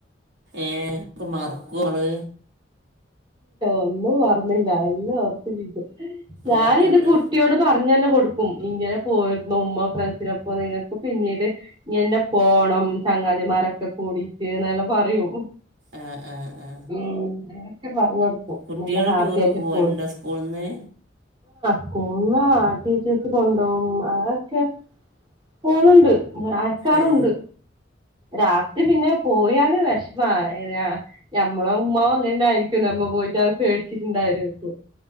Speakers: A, on the right; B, on the right.
A: ഏർ ഇപ്പൊ മറ്ക്കോള്
B: ഒന്നും മർന്നില്ല എല്ലാം ഓർത്തിരിക്കും ഞാനിത്
A: ഓർക്കുന്നുണ്ട്
B: കുട്ടിയോട് പറഞ്ഞല്ലേ കൊ ക്കും ഇങ്ങനെ പോയിരുന്നു ഉമ്മ ഫ്രണ്ട്സിനൊപ്പം നിങ്ങക്ക് പിന്നീട് ഇങ്ങന്നെ പോണം ചങ്ങാതിമാരൊക്കെ കൂടിട്ട് എന്നല്ലാം പറയും
A: ആ ആ ആ
B: ഉം ക്കെ പറഞ്ഞോ
A: കുട്ടികൾ
B: നല്ല ഹാപ്പി
A: ടൂറൊക്കെ
B: ആയിട്ട്
A: പോകലുണ്ടോ
B: പോയി
A: സ്കൂളിൽ നിന്ന്
B: സ്കൂന്നാ ടീച്ചേഴ്സ് കൊണ്ടോവും അതൊക്കെ പോന്നുണ്ട് ഉം ആക്കാറുണ്ട്
A: ഏ
B: രാത്രി പിന്നെ പോയാല് വെഷമാ ഏഹ് ഞമ്മള ഉമ്മാ അങ്ങനെയിരി ക്കും നമ്മ പോയിട്ട് പേടിച്ചിട്ടുണ്ടായിരിക്കും